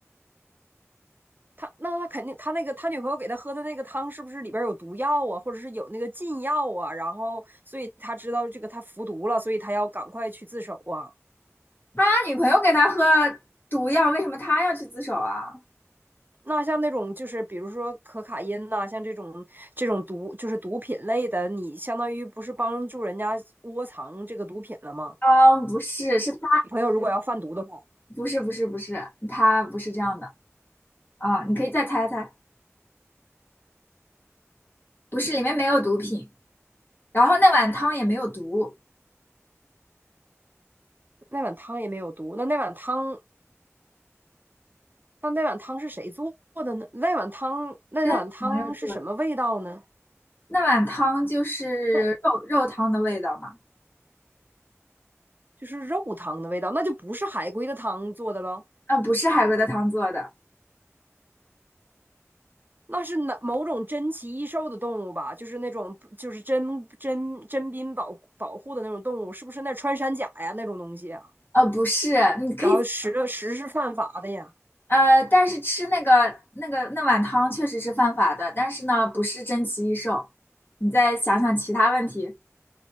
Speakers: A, on the right; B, on the left.
A: 他那他肯定，他那个他女朋友给他喝的那个汤是不是里边有毒药啊，或者是有那个禁药啊？然后，所以他知道这个他服毒了，所以他要赶快去自首啊。
B: 他女朋友给他喝毒药，为什么他要去自首啊？
A: 那像那种就是比如说可卡因呐、像这种这种毒就是毒品类的，你相当于不是帮助人家窝藏这个毒品了吗？
B: 啊，不是，是他，
A: 朋友如果要贩毒的话，
B: 不是不是不是，他不是这样的啊，你可以再猜猜，不是里面没有毒品，然后那碗汤也没有毒，
A: 那碗汤也没有毒，那那碗汤那那碗汤是谁做的呢？那碗汤那那碗汤是什么味道呢？
B: 是他女朋友做的。那碗汤就是肉肉汤的味道吗？
A: 那就是肉汤的味道，那就不是海龟的汤做的了，
B: 啊、不是海龟的汤做的，
A: 那是哪某种珍奇异兽的动物吧？就是那种就是珍珍珍濒保保护的那种动物，是不是那穿山甲呀那种东西啊？
B: 呃，不是，你可以，
A: 然后实了实是犯法的呀，
B: 呃，但是吃那个那个那碗汤确实是犯法的，但是呢，不是珍奇异兽。你再想想其他问题，